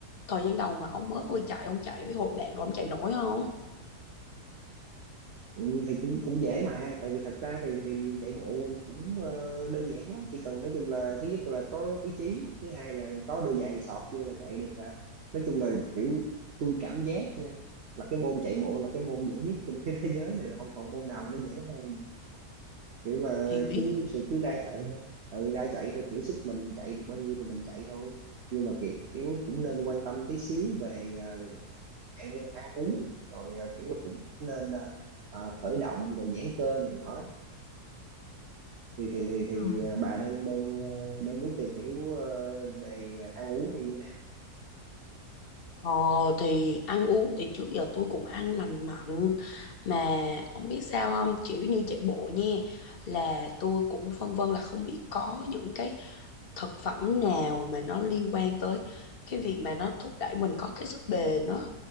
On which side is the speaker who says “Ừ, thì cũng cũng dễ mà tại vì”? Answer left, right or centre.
Right